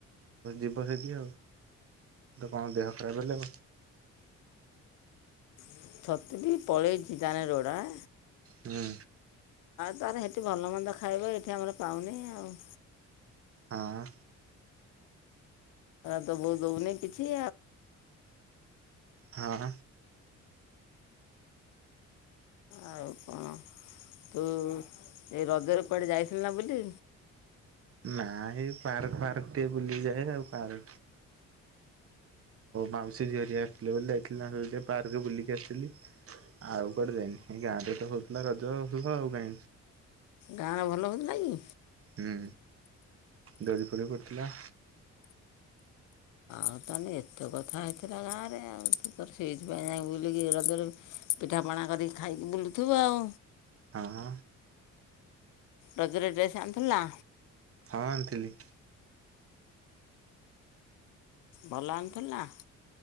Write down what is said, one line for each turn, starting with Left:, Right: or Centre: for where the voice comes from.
Right: ଯିବ ଯଦି କଣ ଦେହ ଖରାପ ହେଲେ।
Left: <unintelligible> ପଳେଇଛି ତାହେଲେ ରୋଗ ଆ।
Right: ହୁଁ।
Left: ତୋର ସେଠି ଭଲମନ୍ଦ ଖାଇବ ଏଠି ଆମର ପାଉନୁ ଆଉ।
Right: ହଁ।
Left: ତୋ ବୋଉ ଦଉନି କିଛି।
Right: ହଁ।
Left: ଆଉ କଣ? ତୁ ଏଇ ରଜରେ କୁଆଡେ ଯାଇଥିଲୁ ବୁଲି?
Right: ନା ଏଇ ପାର୍କ ଫାର୍କ ଟିକେ ବୁଲିଯାଏ ଆଉ ମାଉସୀ ଝିଅ ଆସିଥିଲେ ବୋଲି ଯାଇଥିଲି ପାର୍କ ବୁଲିକି ଆସିଥିଲି। ଆଉ କୁଆଡେ ଯାଇନି, ଏଇ ଗାଁରେ ତ ହଉଥିଲା ରଜ ପର୍ବ।
Left: ଗାଁରେ ଭଲ ହୁଅଥିଲା କି?
Right: ହୁଁ ଦୋଳି ଫୋଳି ପଡ଼ିଥିଲା।
Left: ଆଉ ତାହେଲେ ଏତେ କଥା ହେଇଥିଲା ଗାଁରେ? ଆଉ ତୁ ସେଇଥିପାଇଁ ଯାଇ ବୁଲିକି ପିଠା ପଣା ପଣା କରିକି ଖାଇକି ବୁଲୁଥିବୁ ଆଉ?
Right: ହଁ
Left: ରଜରେ ଡ୍ରେସ ଆଣିଥିଲୁ ନା?
Right: ହଁ ଆଣିଥିଲି।
Left: ଭଲ ଆଣିଥିଲୁ ନା?